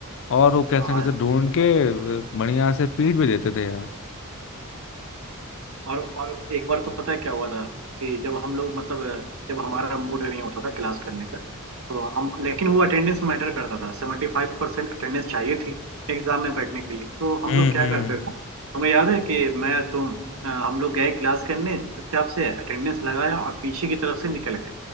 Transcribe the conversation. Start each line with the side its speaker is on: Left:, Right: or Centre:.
Left: और वो कैसे
Right: हाँ,
Left: कैसे ढूंढ के बढ़िया से पीट भी देते थे यार
Right: और और एक बार तो पता है क्या हुआ था कि जब हम लोग मतलब अ, जब हमारा मूड नहीं होता था क्लास करने का तो हम लेकिन वो अटेंडेंस मैटर करता था सेवेंटी फाइव परसेंट अटेंडेंस चाहिए थी एग्जाम में बैठने के लिए तो हम
Left: हम्म
Right: लोग क्या
Left: हम्म
Right: करते थे तुम्हें याद है कि मैं तुम अ, हम लोग गए क्लास करने चुपचाप से अटेंडेंस लगाया और पीछे की तरफ से निकल गए